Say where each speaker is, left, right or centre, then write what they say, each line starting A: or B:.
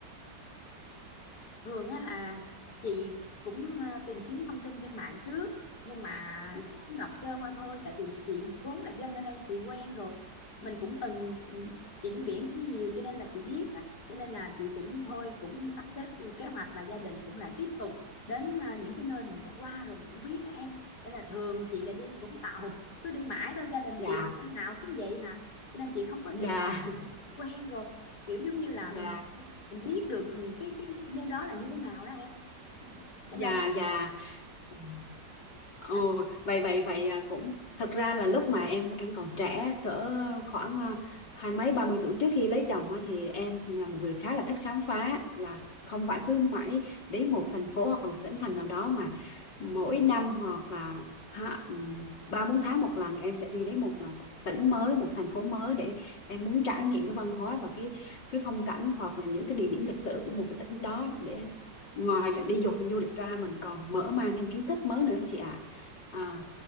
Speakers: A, on the left; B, on the left.
A: thường á là chị cũng à, tìm kiếm thông tin trên mạng trước nhưng mà
B: dạ
A: cũng đọc sơ qua thôi tại vì chị vốn là dân ở đây chị quen rồi mình cũng từng ừ, chị đi biển cũng nhiều cho nên là chị biết á cho nên là chị cũng thôi cũng sắp xếp kế hoạch là gia đình cũng là tiếp tục đến à, những cái nơi mình đã qua rồi mình cũng biết á em nên là thường chị là đi Vũng Tàu cứ đi mãi đâu gia đình
B: dạ
A: chị năm nào cũng vậy hả cho nên chị không có
B: dạ
A: sự quen rồi kiểu giống như
B: <laughs>
A: là mình
B: dạ
A: mình biết được ừ, cái cái nơi đó là như thế nào đó em Ừ. cho
B: dạ
A: nên
B: dạ Ừ. Ồ,
A: đó
B: vậy vậy vậy à, cũng thật ra là lúc mà em em còn trẻ cỡ khoảng à, hai mấy ba mươi tuổi trước khi lấy chồng á, thì em là một người khá là thích khám phá là không phải cứ mãi đến một thành phố hoặc là một tỉnh thành nào đó mà mỗi năm hoặc là ha- ừm, ba bốn tháng một lần em sẽ đi đến một là tỉnh mới một thành phố mới để em muốn trải nghiệm cái văn hóa và cái cái phong cảnh hoặc là những cái địa điểm lịch sử của một cái tỉnh đó để ngoài là đi dục đi du lịch ra mình còn mở mang thêm kiến thức mới nữa chị ạ à.